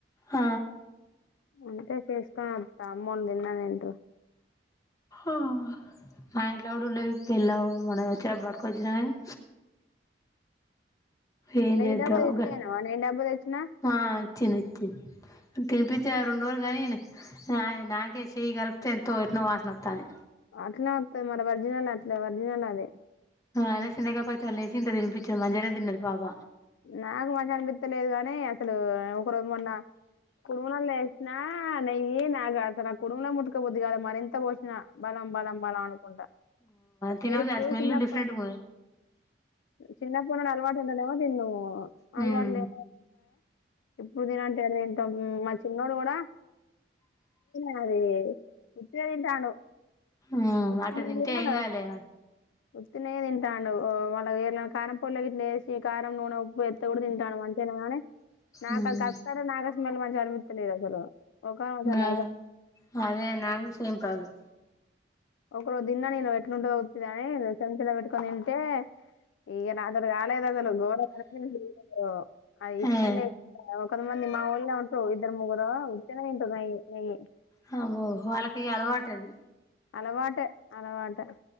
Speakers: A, on the left; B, on the left.
A: ఆ
B: అంటే చేసుకుని వస్త అమ్మోళ్ళు తిన్నే తింటూరు
A: ఆ మా ఇంట్లా కూడా ఉండేవి పిళ్ళ మనం వచ్చ పట్టుకొచ్చిన కాని ఏం
B: నెయ్యి
A: చేద్దాం
B: డబ్బా తీసుకపోయినవా నెయ్యి డబ్బా తెచ్చినా
A: ఆ తినిచ్చ తినిపించిన రెండు రోజు కానీ నా నాకే చేయగల ఎంతో ఎట్నో వాసన వస్తంది
B: అట్నే వస్తుంది మరి ఒరిజినల్ అట్లా ఒరిజినల్ అది
A: అదేచింతకాయ పచ్చడలేసి గింత తినిపించిన మంచిగనే తిన్నది పాప
B: నాకు మంచిగా అనీపితలేదు కాని అసలు ఒక రోజు మొన్న కుడుములాల వే నా నెయ్యి నాకు అసలు ఆ కుడుములే ముట్కబుది కాలే మరింత పోషిన బలం బలం బలం అను కుంటా ఆ
A: తినబుద్ది
B: టేస్టు
A: స్మెల్
B: చిన్నప్ప
A: డిఫరెంట్గా ఉన్నది
B: చిన్నప్పుడు నేవా తిన్ను
A: ఉమ్
B: అల్వాటు ఇప్పుడు తినంటే ఎడా తింటము మా చిన్నోడు కూడా కాదే ఇపుడే తింటాడు.
A: ఉమ్
B: <unintelligible>
A: అట్ట తింటే ఏం కాదులే
B: ఉత్తేగానే తింటాండు మొన్న చేసిన కారంపొడి గిట్ల ఏసీ కారం నూనె ఉప్పు ఎత్ కూడా తింటాడు మంచిగానే కానీ నాకు
A: ఉమ్
B: గస్తారు నాకు మళ్ళీ మంచిగా అనిపించలేదు అసలు ఒక
A: ఆ అదే నాకు సేమ్ ప్రాబ్లం.
B: ఒకరు దిన నను ఎట్కుంటదొ ఉట్టిదే అని చెంచెల పెట్కొ నింటే ఈ రాత్ర అందరు కాలేదు అసలు గోరమ్ క హీ అది ఇష్టండి
A: ఏ
B: కొంతమంది మా ఊళ్ళే ఉంటూ ఇద్దరు ముగ్గురో ఉట్టిగనె తింటారు నయ్య్ నెయ్యి.
A: హగో వాళ్ళకి ఇ అలవాటండి.
B: అలవాటే అలవాటే.